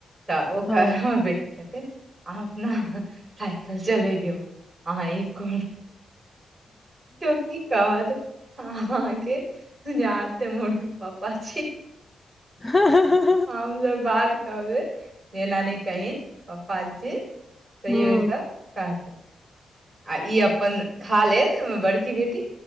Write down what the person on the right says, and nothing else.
तऽ ओ
कहमे बेटि कहतै अहाँ अपना साइकिल चलेयो अहाँ एक कर केओ कि कहत अहाँ के जाते मोटू पापा छी
हम तब बात कहबे रेनानी कहहिन प्पा जी तऽ
यै त कहतै आ ई अपन खा लेत ओ बड़की बेटी